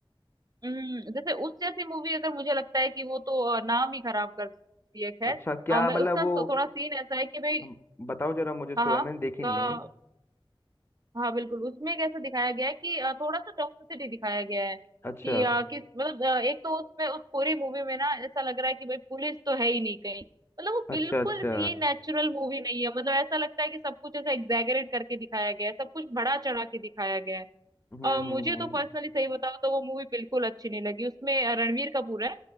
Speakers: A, on the right (about 45°); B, on the left (about 25°).
A: हम्म, जैसे उस जैसी मूवी अगर मुझे लगता है कि वो तो अ, नाम ही खराब करती है खैर
B: अच्छा क्या
A: अ, मैं
B: मतलब
A: उसका
B: वो
A: थो- थोड़ा सीन ऐसा है कि भाई
B: हम बताओ जरा मुझे उसके
A: हाँ हाँ
B: बारे में मैंने देखी नहीं है
A: हाँ बिल्कुल उसमें कैसे दिखाया गया है कि अ, थोड़ा सा टॉक्सिसिटी दिखाया गया है
B: अच्छा
A: कि अ, किस मतलब अ, एक तो उसमें उस पूरी मूवी में ना ऐसा लग रहा है कि भाई पुलिस तो है ही नहीं कहीं मतलब वो बिल्कुल
B: अच्छा अच्छा
A: भी नेचुरल मूवी नहीं है मतलब ऐसा लगता है कि सब कुछ ऐसा एग्जैगरेट करके दिखाया गया है सब कुछ बड़ा चढ़ा के दिखाया गया है
B: हम्म
A: अ,
B: हम्म
A: मुझे
B: हम्म
A: तो
B: हम्म।
A: पर्सनली सही बताओ तो वो मूवी बिल्कुल अच्छी नहीं लगी उसमें अ, रणवीर कपूर है